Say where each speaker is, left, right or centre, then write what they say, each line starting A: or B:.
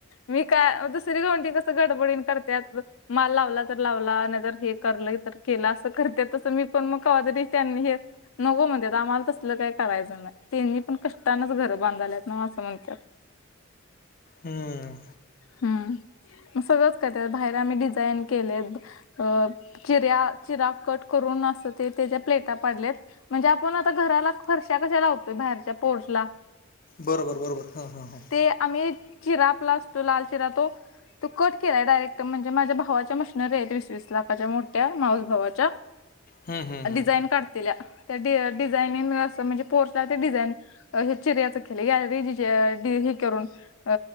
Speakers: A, on the left; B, on the left.
A: मी काय दुसरी गंवडी कसं गडबडीन करत्यात बघ. माल लावला तर लावला नाही जर हे करलं तर केलं अस. करते तसं मी पण मग काज त्यांनी हे नको म्हणत्यात आम्हाला तसलं काही करायचं नाही. त्यांनी पण कष्टानच घरं बांधायलेत न्हव असं म्हणत्यात.
B: हम्म.
A: हम्म. सगळंच कर बाहेर आम्ही डिझाईन केले अ चिऱ्या चिरा कट करून असं ते त्याच्या प्लेटा पडलेत. म्हणजे आपण आता घराला फरशा कशा लावतोय बाहेरच्या पोर्टला
B: बरोबर बरोबर हा हा हा.
A: ते आम्ही चिराप्ला असतो लाल चिरा तो तो कट केलाय डायरेक्ट म्हणजे माझ्या भावाच्या मशनरी आहेत वीस वीस लाखाच्या मोठ्या माऊसभवाच्या
B: हम्म हम्म हम्म
A: डिझाईन काढतील त्या डिझाईननं म्हणजे पोरस ते डिझाईन अ हे चिऱ्याचा खेल आहे या रेजीची आहे डीजी करून अ